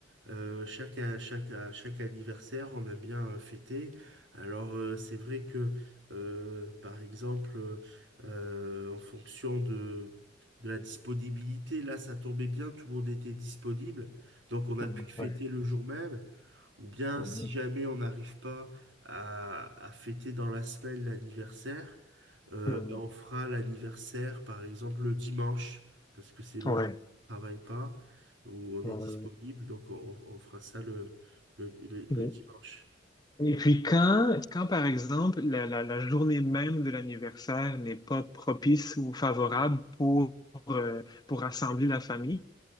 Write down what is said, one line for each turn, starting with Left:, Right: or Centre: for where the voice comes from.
Right: Euh, chaque, à- chaque, à- chaque anniversaire, on aime bien euh, fêter. Alors, euh, c'est vrai que, euh, par exemple, euh, en fonction de, de la disponibilité, là, ça tombait bien, tout le monde était disponible. Donc, on a
Left: Mm,
Right: pu fêter
Left: Ouais.
Right: le jour même. Ou bien,
Left: Mhm.
Right: si jamais on n'arrive pas à, à fêter dans la semaine l'anniversaire, euh,
Left: Mm,
Right: ben, on fera l'anniversaire, par exemple, le dimanche parce que c'est le
Left: Ouais.
Right: jour où on ne travaille pas, où on
Left: Ouais,
Right: est disponible,
Left: ouais.
Right: donc on, on fera ça le, le, le- le
Left: Et,
Right: dimanche.
Left: Et puis quand, quand par exemple, la, la- la journée même de l'anniversaire n'est pas propice ou favorable pour, euh, pour rassembler la famille,